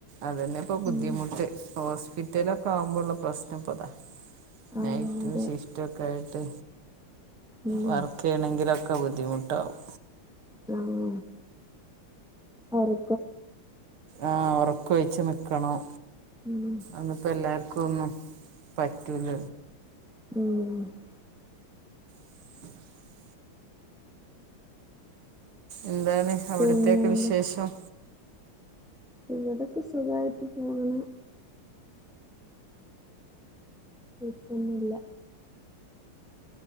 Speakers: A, on the right; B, in the centre.
A: അതന്നെ ഇപ്പൊ ബുദ്ധിമുട്ട്
B: ഉം
A: ഹോസ്പിറ്റല ഒക്കെ ആവുമ്പോഴുള്ള പ്രശ്നം ഇപ്പൊതാ.
B: ആഹ്
A: നൈറ്റ്
B: അതെ
A: ഷിഫ്റ്റ് ഒക്കെ ആയിട്ട്
B: ഉം
A: വർക്ക് ഒക്കെ ആണെങ്കിലൊക്കെ ബുദ്ധിമുട്ടാവും
B: ഉം അരി
A: ആഹ് ഉറക്ക ഒഴച്ച്നിക്കണം.
B: ഉം
A: അത്പ്പോ എല്ലാർക്കും ഒന്നും പറ്റൂല
B: ഉം
A: <inaudible> എന്താണ് അവിടത്തക്കെ
B: പിന്നെന്താ
A: വിശേഷം?
B: ഇവിടൊക്കെ സുഖയിട്ട് പോക്ണ് പ്പൊന്നുല്ല